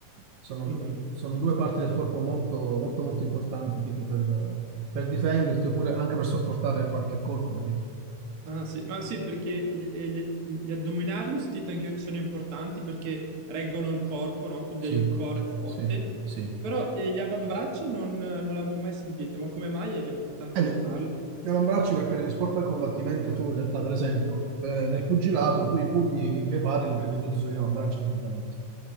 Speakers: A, on the right; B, on the right.
A: sono,
B: Mhm,
A: sono due parti del corpo molto, molto, molto importanti, tipo per, per difenderti
B: mhm.
A: oppure anche per sopportare qualche colpo, capito?
B: Ah, sì. Ma sì, perché gli, eh, gli- gli addominali ho sentito anche io che sono importanti perché reggono il corpo, no? Quindi
A: Sì,
B: hai un core forte.
A: sì, sì.
B: Però eh, gli avambracci non, non l'avevo mai sentito, ma come mai è importante
A: E
B: allenarli?
A: gli avambracci perché negli sport da combattimento tu in realtà per esempio eh, nel pugilato tu i pugni che pari li prendi tutti sugli avambracci praticamente.